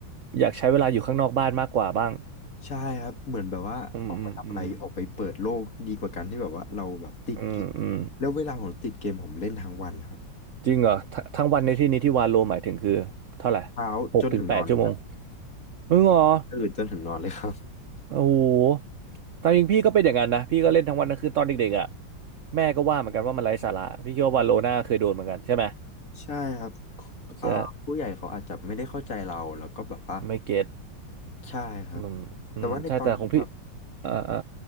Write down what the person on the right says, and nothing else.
อยากใช้เวลาอยู่ข้างนอกบ้านมากกว่าบ้าง
อืมอืมอืมอืมอืม
จริงเหรอทัทั้งวันในที่นี้ที่วาโลหมายถึงคือเท่าไหร่
หกถึงแปดชั่วโมงมึงเหรอ
โอ้โหตามจริงพี่ก็เป็นอย่างนั้นนะพี่ก็เล่นทั้งวันทั้งคืนตอนเด็กๆอ่ะแม่ก็ว่าเหมือนกันว่ามันไร้สาระพี่คิดว่าวาโลน่าเคยโดนเหมือนกันใช่ไหม
ใช่ไม่เก็ต
อืมอืมใช่แต่ของพี่
อ่าอ่า